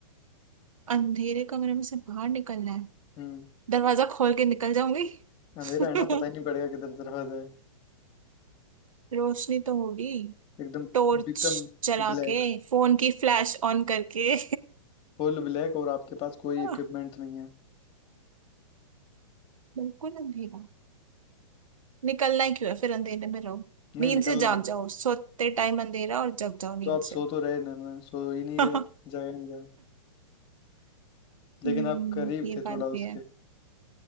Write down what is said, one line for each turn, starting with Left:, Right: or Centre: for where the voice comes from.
Right: अंधेरे कमरे में से बाहर निकलना है
Left: हम्म
Right: दरवाजा खोल के निकल जाऊंगी
Left: अंधेरा
Right: <laughs>
Left: है ना पता ही नहीं पड़ेगा किधर दरवाजा है
Right: रोशनी तो होगी
Left: एकदम
Right: टॉर्च
Left: एकदम
Right: जला
Left: ब्लैक
Right: के फोन की फ्लैश ऑन करके
Left: फुल ब्लैक और आपके पास कोई
Right: <laughs>
Left: इक्विपमेंट नहीं है
Right: बिल्कुल अंधेरा निकलना ही क्यों है फिर अंधेरे में रहो
Left: नहीं
Right: नींद
Left: निकलना
Right: से जाग
Left: है
Right: जाओ सोते टाइम अंधेरा और जग जाओ नींद
Left: तो आप सो
Right: से
Left: तो रहे ना, ना सो ही नहीं
Right: <laughs>
Left: रहे
Right: हम्म
Left: जागेंगे आप। लेकिन
Right: ये
Left: आप करीब थे
Right: बात
Left: थोड़ा
Right: भी
Left: उसके
Right: है